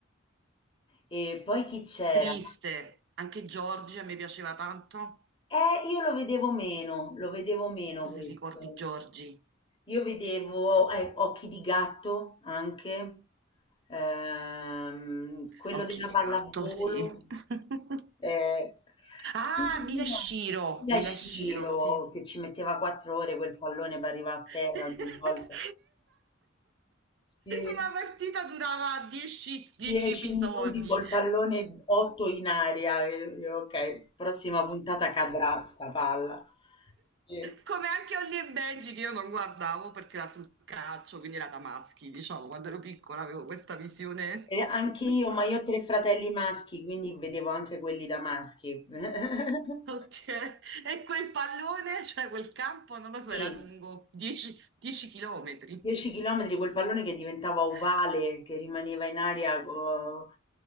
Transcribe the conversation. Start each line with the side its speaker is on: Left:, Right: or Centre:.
Left: E poi chi c'era?
Right: Triste. Anche Giorgi a me piaceva tanto. Non
Left: Eh, io lo vedevo meno, lo vedevo meno
Right: so
Left: questo.
Right: se ricordi Giorgi.
Left: Io vedevo, eh, Occhi di gatto anche, ehm, quello
Right: Occhi
Left: della
Right: di
Left: pallavolo.
Right: gatto, sì. <laughs>
Left: Eh,
Right: Ah,
Left: come si
Right: Mila
Left: chiama?
Right: e Shiro,
Left: Era
Right: Mila
Left: Shiro
Right: e Shiro, sì.
Left: che ci metteva quattro ore quel pallone per
Right: <laughs>
Left: arrivare a terra
Right: Esatto.
Left: ogni volta. Sì,
Right: Una partita durava 10 10
Left: dieci
Right: episodi.
Left: minuti col pallone, otto in aria. Eh, Ok, prossima puntata cadrà sta palla. Sì.
Right: Come anche Holly e Benji che io non guardavo perché era sul calcio, quindi era da maschi, diciamo, quando ero piccola avevo questa visione.
Left: E anche
Right: <laughs>
Left: io, ma io ho tre fratelli maschi, quindi vedevo anche quelli da maschi. <laughs>
Right: Ok, e quel pallone, cioè quel campo, non lo so,
Left: Sì,
Right: era lungo 10, 10 chilometri.
Left: 10 km col pallone che diventava ovale,
Right: <laughs>
Left: che rimaneva in aria co-